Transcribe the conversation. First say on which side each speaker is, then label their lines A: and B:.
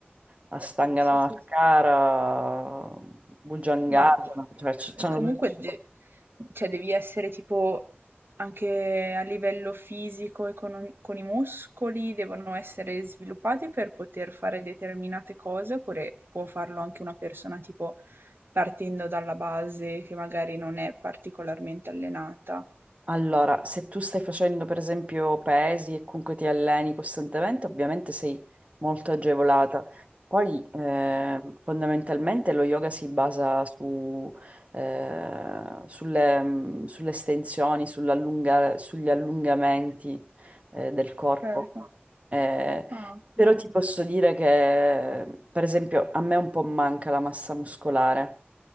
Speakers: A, on the right; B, on the right.
A: Astangana
B: Sì, sì,
A: Mascara, Bhujangasana,
B: Ma co
A: cioè c- c'hanno
B: comunque
A: tutti.
B: de cioè devi essere tipo anche a livello fisico e con con i muscoli devono essere sviluppati per poter fare determinate cose, oppure può farlo anche una persona tipo partendo dalla base che magari non è particolarmente allenata?
A: Allora, se tu stai facendo per esempio pesi e comunque ti alleni costantemente, ovviamente sei molto agevolata. Poi eh, fondamentalmente lo yoga si basa su, eh, sulle, mh, sulle estensioni, sull'allunga- sugli allungamenti eh, del corpo.
B: Certo.
A: Eh,
B: Ah,
A: però
B: okay.
A: ti posso dire che, per esempio, a me un po' manca la massa muscolare